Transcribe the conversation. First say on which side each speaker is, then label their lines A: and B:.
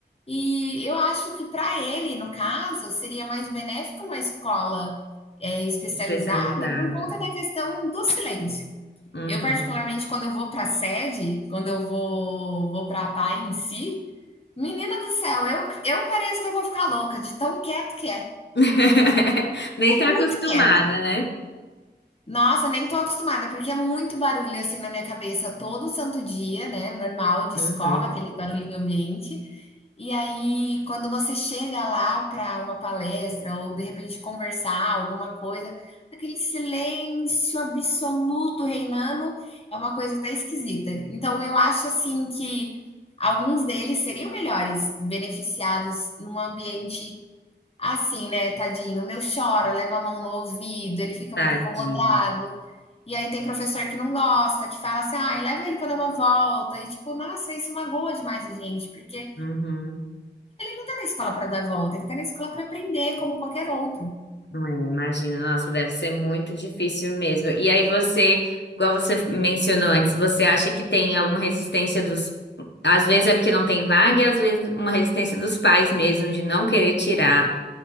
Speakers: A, on the left; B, on the left.
A: E eu acho que para ele, no caso, seria mais benéfico uma escola é, especializada
B: Especializada.
A: por conta da questão do silêncio.
B: Uhum.
A: Eu, particularmente, quando eu vou para a sede, quando eu vou, vou para a PAI em si, menina do céu, eu, eu pareço que eu vou ficar louca de tão quieto que é.
B: <laughs> Nem
A: É
B: tá acostumada,
A: muito quieto.
B: né?
A: Nossa, nem tô acostumada, porque é muito barulho assim na minha cabeça todo santo dia, né? Normal, de
B: Uhum.
A: escola, aquele barulhinho ambiente. E aí, quando você chega lá para uma palestra ou de repente conversar alguma coisa, aquele silêncio absoluto reinando é uma coisa até esquisita. Então, eu acho assim que alguns deles seriam melhores beneficiados num ambiente assim, né? Tadinho, o meu chora, leva a mão no ouvido, ele fica
B: Tadinho.
A: muito incomodado. E aí tem professor que não gosta, que fala assim, ah, leva ele para dar uma volta. E tipo, nossa, isso magoa demais a gente, porque
B: Uhum.
A: está na escola para dar volta, ele está na escola para aprender, como qualquer outro.
B: É, imagina, nossa, deve ser muito difícil mesmo. E aí você, igual você mencionou antes, você acha que tem alguma resistência dos. Às vezes é porque não tem vaga, e às vezes uma resistência dos pais mesmo, de não querer tirar.